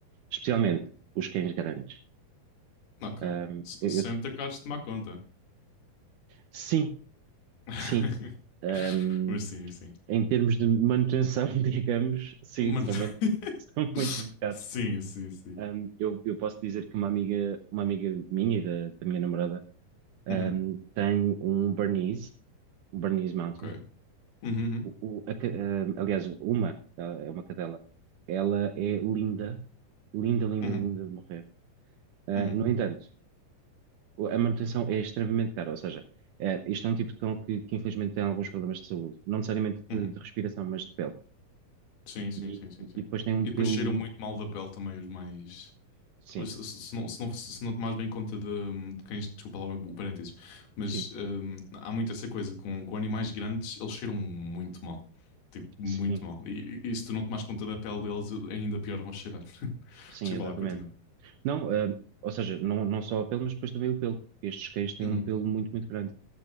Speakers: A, on the right; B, on the left.
A: Especialmente os cães grandes.
B: ok.
A: Um,
B: S-
A: eu-
B: Sem
A: eu-
B: te acabares de tomar conta.
A: sim,
B: <laughs>
A: sim. Um,
B: Mas sim, sim.
A: em termos de manutenção, <laughs> digamos, sim,
B: Mano-
A: são muito,
B: <laughs>
A: <laughs> são muito, muito caros.
B: Sim, sim, sim.
A: Um, eu, eu posso dizer que uma amiga, uma amiga minha e da, da minha namorada, um,
B: Uhum,
A: tem um Bernese, um Bernese Mountain.
B: ok. Uhum, uhum,
A: O- o- a ca- um, aliás, uma, ela é uma cadela. Ela é linda Linda, linda,
B: uhum,
A: linda de morrer. Ah,
B: uhum,
A: no entanto, o- a manutenção é extremamente cara, ou seja, eh, isto é um tipo de cão que, que infelizmente tem alguns problemas de saúde, não necessariamente de,
B: uhum.
A: de respiração, mas de pele.
B: Sim, sim,
A: E,
B: sim, sim, sim.
A: e depois tem um
B: E
A: pelo.
B: depois cheiram muito mal da pele também, os mais.
A: Sim,
B: os- Se, se não, se, não, se não tomares bem conta de, hum, de quem. Desculpa lá o, o parênteses. Mas
A: sim,
B: hum, há muito essa coisa. Com, com animais grandes, eles cheiram muito mal. Tipo, muito
A: sim,
B: mal. E, e se tu não tomares conta da pele deles, ainda pior vão cheirar. <laughs>
A: sim,
B: Desculpa
A: exatamente.
B: lá, continua.
A: Não, ah, ou seja, não, não só a pele, mas depois também o pelo, porque estes cães têm
B: Uhum,
A: um pelo muito, muito grande.